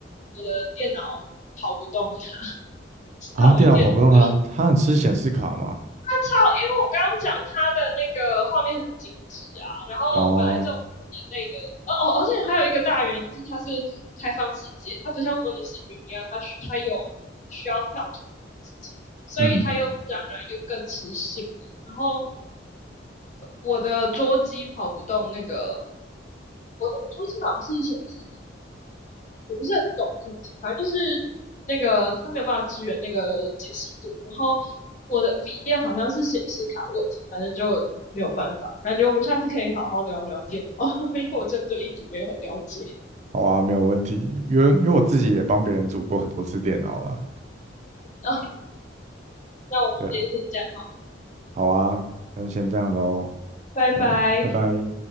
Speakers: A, on the left; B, on the right.
A: 我的电脑跑不动它，直到我的电脑的
B: 啊，电脑跑不动它，它很吃显示卡吗？
A: 他超，因为我刚刚讲他的那个画面很精致啊，然后本来这种一类的，
B: 哦，
A: 哦哦，而且还有一个大原因是它是开放世界，它不像模拟市民一样，它它有需要跳脱的事情所以它又自然而然又更磁性。
B: 嗯，
A: 然后我的桌机跑不动那个，我我桌机好像是显示我不是很懂，反正就是那个他没有办法支援那个解析度，然后我的笔电好像是显示卡问题，反正就没有办法。感觉我们下次可以好好聊聊电脑，<laughs> 因为我真的对硬体没有很了解。<laughs>
B: 好啊，没有问题，因为因为我自己也帮别人组过很多次电脑了。
A: 然后那我们今天先这样，
B: 对，好啊，那先这样喽，
A: 拜拜。
B: 好，拜拜。